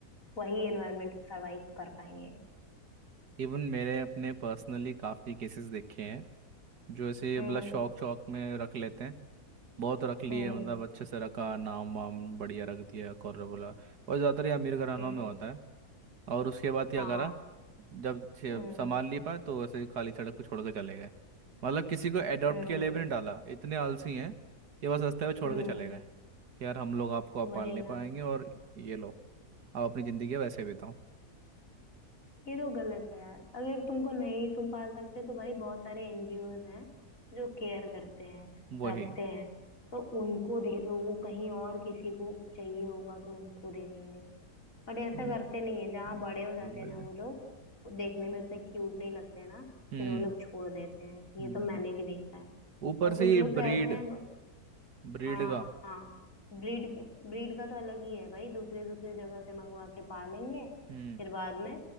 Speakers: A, on the left; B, on the right.
A: वही एनवायरमेंट सरवाइव कर पाएंगे
B: इवन मेरे अपने पर्सनली काफ़ी केसेस देखे हैं जो ऐसे
A: हम्म
B: मतलब शौक शौक में रख लेते हैं बहुत रख लिए
A: हम्म
B: मतलब अच्छे से रखा नाम वाम बढ़िया रख दिया कॉर्नर बोला और ज़्यादातर ये अमीर घरानों
A: हम्म
B: में होता है और उसके बाद क्या
A: हाँ
B: करा जब छे-
A: हम्म
B: सामान ले पाए तो ऐसे ही खाली सड़क पर छोड़ के चले गए मतलब किसी को एडॉप्ट
A: हम्म
B: के लिए भी नहीं डाला इतने आलसी हैं कि बस रास्ते पे छोड़
A: हम्म
B: के चले गए कि यार हम लोग आपको आप
A: वही
B: पाल नहीं पाएंगे
A: ना
B: और ये लो आप अपनी ज़िंदगी वैसे बिताओ
A: ये तो गलत है यार अगर तुमको नहीं तुम पाल सकते तो भाई बहुत सारे एनजीओज हैं जो केयर करते हैं
B: वही
A: रखते हैं तो उनको दे दो वो कहीं और किसी को चाहिए होगा तो उनको दे देंगे बट ऐसा
B: हम्म
A: करते नहीं है जहाँ
B: हम्म
A: बड़े हो जाते
B: बिल्कुल
A: हैं ना वो लोग वो देखने में उतने क्यूट नहीं लगते हैं ना
B: हम्म,
A: फिर वो लोग छोड़ देते हैं
B: बिल्कुल।
A: ये तो मैंने भी देखा है
B: ऊपर
A: और
B: से
A: कुछ
B: ये
A: लोग तो
B: ब्रीड
A: ऐसे हैं
B: ब्रीड
A: हाँ
B: का
A: हाँ ब्रीड ब्रीड का तो अलग ही है भाई दूसरे दूसरे जगह से मंगवा के पालेंगे
B: हम्म
A: फिर बाद में